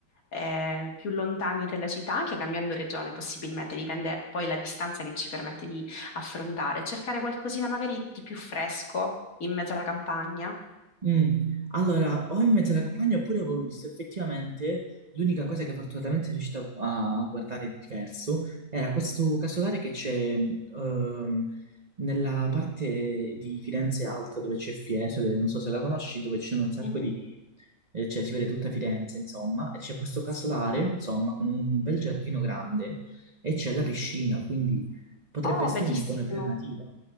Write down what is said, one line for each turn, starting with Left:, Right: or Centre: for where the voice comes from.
Left: eh, più lontani della città, anche cambiando regione possibilmente, dipende poi la distanza che ci permette di affrontare, cercare qualcosina magari di più fresco in mezzo alla campagna.
Right: Mm. Allora, o in mezzo alla campagna oppure avevo visto effettivamente l'unica cosa che fortunatamente sono riuscito a a guardare di diverso era questo casolare che c'è ehm, nella parte di Firenze Alta dove c'è Fiesole, non so se la conosci, dove c'è un sacco
Left: Mhm,
Right: di... eh, cioè si vede tutta Firenze insomma, e c'è questo casolare
Left: sì.
Right: insomma con un bel giardino grande e c'è la piscina, quindi potrebbe
Left: Oh,
Right: essere
Left: bellissimo.
Right: una buona alternativa.